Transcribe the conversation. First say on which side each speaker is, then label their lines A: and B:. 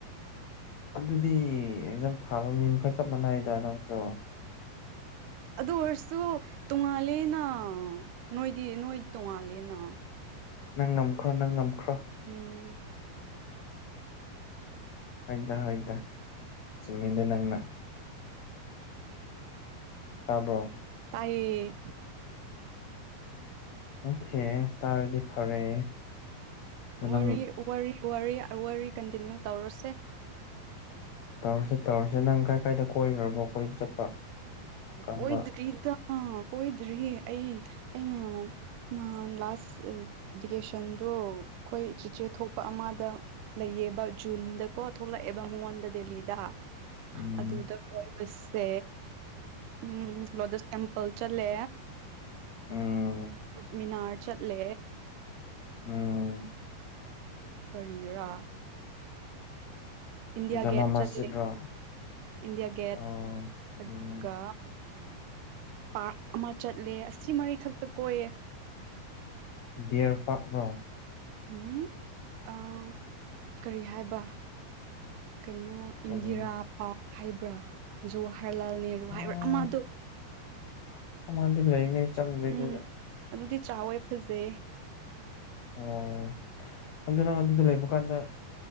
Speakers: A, on the left; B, on the right.
A: ꯑꯗꯨꯗꯤ ꯑꯦꯛꯖꯥꯝ ꯊꯥꯕ ꯃꯤ ꯃꯈꯩ ꯆꯞ ꯃꯥꯟꯅꯩꯗ ꯅꯪꯁꯨ
B: ꯑꯗꯨ ꯑꯣꯏꯔꯁꯨ ꯇꯣꯉꯥꯂꯦꯅ ꯅꯣꯏꯗꯤ ꯅꯣꯏꯗꯤ ꯇꯣꯡꯉꯥꯜꯂꯦꯅ
A: ꯅꯪ ꯉꯝꯈ꯭ꯔꯣ ꯅꯪ ꯉꯝꯈ꯭ꯔꯣ
B: ꯎꯝ
A: ꯍꯣꯏꯗ ꯍꯣꯏꯗ ꯆꯨꯝꯃꯤꯗ ꯅꯪꯅ
B: <inaudible>
A: ꯇꯥꯕ꯭ꯔꯣ
B: ꯇꯥꯏꯌꯦ
A: ꯑꯣꯈꯦ ꯇꯔꯗꯤ ꯐꯔꯦ
B: ꯋꯥꯔꯤ
A: ꯅꯪ
B: ꯋꯥꯔꯤ ꯋꯥꯔꯤ ꯀꯟꯇꯤꯅꯤ꯭ꯌꯨ ꯇꯧꯔꯁꯦ
A: ꯇꯧꯔꯁꯦ ꯇꯧꯔꯁꯦ ꯅꯪ ꯀꯥꯏ ꯀꯥꯏꯗ ꯀꯣꯏꯈ꯭ꯔꯕ ꯀꯣꯏꯕ ꯆꯠꯄ ꯀꯔꯝꯕ
B: ꯀꯣꯏꯗ꯭ꯔꯤꯗ ꯀꯣꯏꯗ꯭ꯔꯤꯍꯦ ꯑꯩ ꯑꯩꯅ ꯅꯍꯥꯟ ꯂꯥꯁ ꯚꯦꯀꯦꯁꯟꯗꯣ ꯑꯈꯣꯏ ꯆꯤꯆꯦ ꯊꯣꯛꯄ ꯑꯃꯗ ꯂꯩꯌꯦ ꯌꯦꯕ ꯖꯨꯟꯗ ꯀꯣ ꯊꯣꯛꯂꯛꯑꯦꯕ ꯃꯉꯣꯟꯗ ꯗꯦꯂꯤꯗ
A: ꯎꯝ
B: ꯑꯗꯨꯗ ꯀꯣꯏꯕꯁꯦ ꯎꯝ ꯂꯣꯇꯁ ꯇꯦꯝꯄ ꯄꯜ ꯆꯠꯂꯦ
A: ꯎꯝ
B: ꯀꯨꯇꯨꯞꯃꯤꯅꯥꯔ ꯆꯠꯂꯦ
A: ꯎꯝ ꯑꯣ
B: ꯀꯔꯤꯔꯥ ꯏꯟꯗꯤꯌꯥ
A: ꯖꯃꯥ
B: ꯒꯦꯠ
A: ꯃꯁꯖꯤꯠ
B: ꯆꯠꯂꯦ
A: ꯔꯣ
B: ꯏꯟꯗꯤꯌꯥ ꯒꯦꯠ
A: ꯑꯣ
B: ꯑꯗꯨꯒ
A: ꯎꯝ
B: ꯄꯥꯔꯛ ꯑꯃ ꯆꯠꯂꯦ ꯑꯁꯤ ꯃꯔꯤꯈꯛꯇ ꯀꯣꯏꯌꯦ
A: ꯗꯤꯌꯔ ꯄꯥꯛꯔꯣ
B: ꯎꯝ ꯑꯥ ꯀꯔꯤ ꯍꯥꯏꯕ ꯀꯩꯅꯣ ꯏꯟꯗꯤꯔꯥ
A: ꯀꯔꯤ
B: ꯄꯥꯔꯛ ꯍꯥꯏꯕ꯭ꯔꯥ ꯖꯨꯋ꯭ꯍꯔꯂꯥꯜ ꯅꯦꯍꯔꯨ ꯍꯥꯏꯕ꯭ꯔꯥ
A: ꯎꯝ
B: ꯑꯃꯗꯣ
A: ꯑꯃꯗꯤ ꯂꯩꯕꯅꯦ ꯆꯪꯗ꯭ꯔꯤꯗꯨꯗ
B: ꯎꯝ ꯑꯗꯨꯗꯤ ꯆꯥꯎꯋꯦ ꯐꯖꯩ <inaudible>
A: ꯑꯣ ꯑꯗꯨ ꯅꯪ ꯑꯗꯨꯗ ꯂꯩꯕ ꯀꯥꯟꯗ